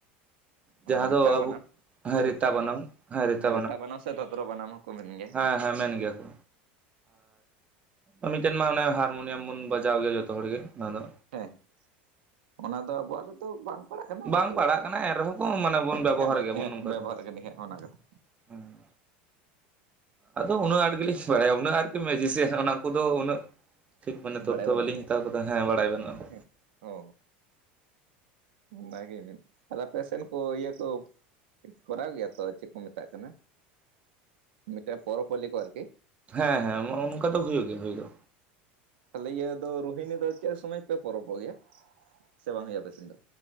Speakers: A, on the right; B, on the right.
A: ᱡᱟᱦᱟᱸ
B: ᱚ... ᱨᱮᱛᱟ
A: ᱫᱚ ᱟᱵᱚ
B: ᱵᱱᱟᱢ
A: ᱦᱮᱸ ᱨᱤᱛᱟ
B: ᱨᱮᱛᱟ ᱵᱟᱱᱟᱢ
A: ᱦᱮᱸ ᱨᱤᱛᱟ
B: ᱨᱮᱛᱟ ᱵᱟᱱᱟᱢ ᱥᱮ ᱥᱮ ᱵᱷᱚᱫᱨᱚ ᱵᱟᱱᱟᱢ ᱦᱚᱸᱠᱚ ᱢᱮᱱ ᱜᱮᱭᱟ᱾
A: ᱦᱮᱸ ᱦᱮᱸ ᱢᱮᱱ ᱜᱮᱭᱟ ᱠᱚ᱾ ᱟᱨ ᱢᱤᱫᱴᱮᱱ ᱢᱟ ᱚᱱᱮ ᱦᱟᱨᱢᱳᱱᱤᱭᱟᱢ ᱵᱚᱱ ᱵᱟᱡᱟᱣ ᱜᱮᱭᱟ ᱡᱚᱛᱚ ᱦᱚᱲᱜᱮ ᱚᱱᱟ ᱫᱚ᱾
B: ᱦᱮᱸ ᱚᱱᱟ ᱫᱚ ᱟᱵᱚᱣᱟᱜ ᱨᱮᱫᱚ ᱵᱟᱝ ᱯᱟᱲᱟᱜ ᱠᱟᱱᱟ
A: ᱵᱟᱝ
B: ᱟᱨᱠᱤ,
A: ᱯᱟᱲᱟᱜ ᱠᱟᱱᱟ ᱮᱱ ᱨᱮᱦᱚᱸ ᱠᱚ ᱢᱟᱱᱮ ᱵᱚᱱ ᱵᱮᱵᱚᱦᱟᱨ
B: ᱦᱮᱸ
A: ᱜᱮᱭᱟᱵᱚᱱ
B: ᱦᱮᱸ
A: ᱱᱚᱝᱠᱟ
B: ᱵᱮᱵᱚᱦᱟᱨ
A: ᱫᱚ
B: ᱠᱟᱱᱟ ᱦᱼᱼ ᱚᱱᱟ ᱠᱟᱛᱮᱼᱼ
A: ᱦᱮᱸ ᱟᱫᱚ ᱩᱱᱟᱹᱜ ᱟᱸᱴ ᱜᱮᱞᱤᱧ ᱵᱟᱲᱟᱭᱟ ᱩᱱᱟᱹᱜ ᱟᱨᱠᱤ ᱢᱮᱡᱤᱥᱤᱭᱟᱱ ᱚᱱᱟ ᱩᱱᱠᱩ ᱫᱚ ᱩᱱᱟᱹᱜ ᱴᱷᱤᱠ ᱢᱟᱱᱮ ᱛᱚᱛᱛᱷᱚ
B: ᱵᱟᱲᱟᱭ ᱵᱟᱹᱱᱩᱜᱼᱟ
A: ᱵᱟᱹᱞᱤᱧ ᱦᱟᱛᱟᱣ ᱟᱠᱟᱫᱟ ᱦᱮᱸ ᱵᱟᱲᱟᱭ ᱵᱟᱹᱱᱩᱜᱼᱟ᱾
B: ᱦᱮᱸ ᱚ ᱚᱱᱟᱜᱮ ᱢᱮᱱ ᱟᱨ ᱟᱯᱮ ᱥᱮᱱ ᱠᱚ ᱤᱭᱟᱹ ᱠᱚ ᱠᱚᱨᱟᱣ ᱜᱮᱭᱟ ᱛᱚ ᱪᱮᱫ ᱠᱚ ᱢᱮᱛᱟᱜ ᱠᱟᱱᱟ, ᱢᱤᱫᱴᱮᱱ ᱯᱚᱨᱚᱵᱽ ᱯᱟᱹᱞᱤ ᱠᱚ ᱟᱨᱠᱤ᱾
A: ᱦᱮᱸ ᱦᱮᱸ ᱚᱱᱠᱟ ᱫᱚ ᱦᱩᱭᱩᱜ ᱜᱮ ᱦᱩᱭ ᱫᱚ᱾
B: ᱛᱟᱦᱚᱞᱮ ᱤᱭᱟᱹ ᱫᱚ ᱨᱳᱦᱤᱱᱤ ᱫᱚ ᱪᱮᱫ ᱥᱚᱢᱚᱭ ᱯᱮ ᱯᱚᱨᱚᱵᱚᱜ ᱜᱮᱭᱟ? ᱥᱮ ᱵᱟᱝ ᱦᱩᱭᱩᱜᱼᱟ ᱟᱯᱮ ᱥᱮᱱ ᱫᱚ?